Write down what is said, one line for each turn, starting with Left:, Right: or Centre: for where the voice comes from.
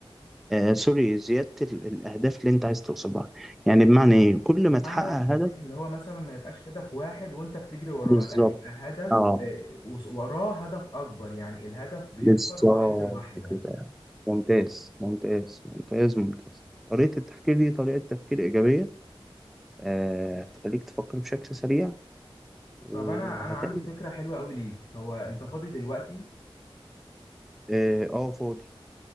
Centre: آه سوري زيادة ال- الأهداف اللي أنت عايز توصلها يعني بمعنى إيه كل
Left: بمعنى
Centre: ما تحقق
Left: بمعنى
Centre: هدف
Left: اللي هو مثلا ما يبقاش هدف واحد وانت بتجري وراه
Centre: بالظبط
Left: لا يبقى هدف
Centre: اه
Left: آه، وس- وراه هدف اكبر يعني الهدف بيكبر
Centre: بالظبط
Left: واحدة واحدة
Centre: كده ممتاز ممتاز ممتاز ممتاز طريقة التفكير دي طريقة تفكير إيجابية آه هتخليك تفكر بشكل سريع وهتعمل
Left: طب انا انا عندي فكرة حلوة قوي ليك هو انت فاضي دلوقتي
Centre: اه آه، فاضي